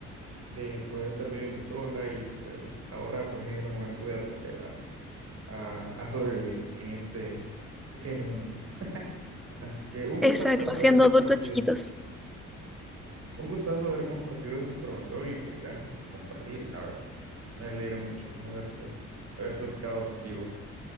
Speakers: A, on the right; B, in the centre.
A: de poder estar viviendo sola y pues ahora pues es el momento de aprender a, a, a sobrevivir en este pequeño mundo. Así que un gustazo
B: Exacto,
A: haber
B: siendo
A: compartido,
B: adultos chiquitos.
A: un gustazo haber compartido esta información y pues gracias por compartir, ¿sabes? Me alegra mucho haberte, haber platicado contigo,